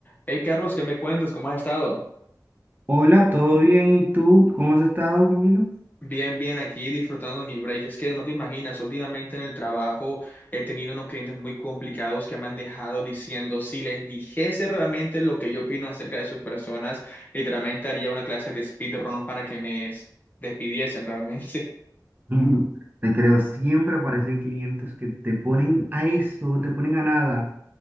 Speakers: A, on the left; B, on the right.
A: Hey Carlos, ¿qué me cuentas? ¿Cómo has estado?
B: Hola, ¿todo bien? ¿Y tú? ¿Cómo has estado, Camilo?
A: Bien, bien, aquí disfrutando de mi break. Es que no te imaginas, últimamente en el trabajo he tenido unos clientes muy complicados que me han dejado diciendo, si les dijese realmente lo que yo opino acerca de sus personas, literalmente haría una clase de speedrun para que me s- despidiesen realmente. <laughs>
B: Mm, Te creo, siempre aparecen clientes que te ponen a eso, te ponen a nada